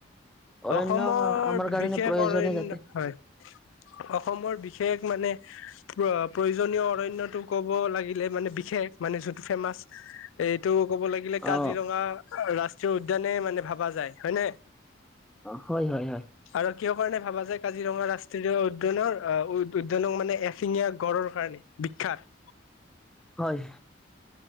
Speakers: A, in the centre; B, on the left.
A: অৰণ্য
B: অসমৰ
A: আমাৰ কাৰণে
B: বিশেষ
A: প্ৰয়োজনে
B: অৰণ্য,
A: যাতে
B: হয়। অসমৰ বিশেষ মানে প্ৰয়োজনীয় অৰণ্যটো ক'ব লাগিলে মানে বিশেষ মানে যোনটো ফেমাচ এইটো ক'ব লাগিলে কাজিৰঙা
A: অ
B: ৰাষ্ট্ৰীয় উদ্যানে মানে ভাবা যায়, হয় নে?
A: হয়, হয়, হয়।
B: আৰু কিহৰ কাৰণে ভাবা যোয় কাজিৰঙা ৰাষ্ট্ৰীয় উদ্যানৰ উদ্যানক মানে? এশিঙীয়া গড়ৰ কাৰণে বিখ্যাত।
A: হয়।